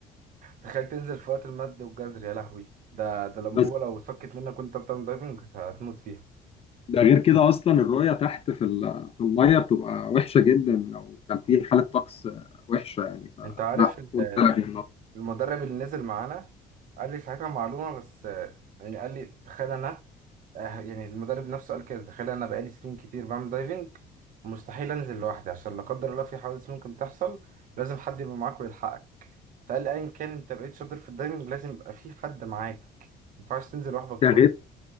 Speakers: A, on the right (about 55°); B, on the left (about 35°).
A: تخيل تنزل في وقت المد والجزر يا لهوي ده ده الانبوبه
B: <laughs>
A: لو اتفكت منك وانت بتعمل دايفنج هت- هتموت فيها
B: ده غير كده اصلا الرؤيه تحت في ال- في الميه بتبقى وحشه جدا لو كان في حاله طقس وحشه يعني فلا
A: انت عارف ال-
B: خد
A: الم-
B: بالك من الموضوع
A: المدرب اللي نزل معانا قال لي ساعتها معلومه بس آه، يعني قال لي تخيل انا آه، يعني المدرب نفسه قال كده تخيل انا بقالي سنين كتير بعمل دايفنج مستحيل انزل لوحدي عشان لا قدر الله في حوادث ممكن تحصل لازم حد يبقى معاك ويلحقك فقال ايا كان انت بقيت شاطر في الدايفنج لازم يبقى في حد معاك ما ينفعش تنزل لوحدك
B: ده
A: خالص
B: غير